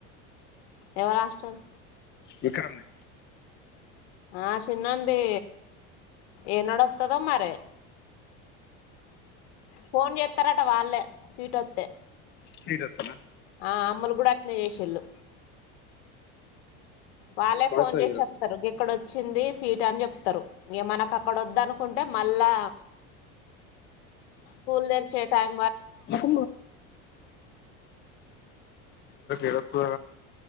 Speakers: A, on the left (about 80°); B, on the left (about 35°).
A: ఎవరు హాస్టల్
B: విక్రమ్ ది
A: ఆ చిన్నోది ఏనాడతదో మరి ఫోన్ చేస్తారట వాళ్ళే సీట్ అస్తే
B: సీట్ అతేనా
A: ఆ అమ్ములు కూడా అట్నే చేసిళ్ళు వాళ్ళే
B: ఎక్కడొస్తా
A: ఫోన్ చేసి
B: హీరో
A: చెప్తారు ఎక్కడొచ్చి వచ్చింది సీట అని చెప్తారు ఇ మనకు అక్కడ వద్ద అనుకుంటే మళ్ళా స్కూల్ తెరిసే టైమ్
B: <unintelligible> కి ఎడా అత్తది